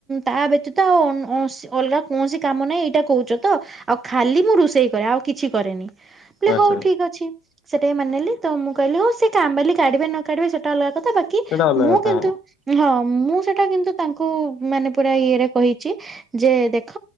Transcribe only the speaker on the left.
ଆଚ୍ଛା
ସେଇଟା
ଅଲଗା
କଥା
ହଁ।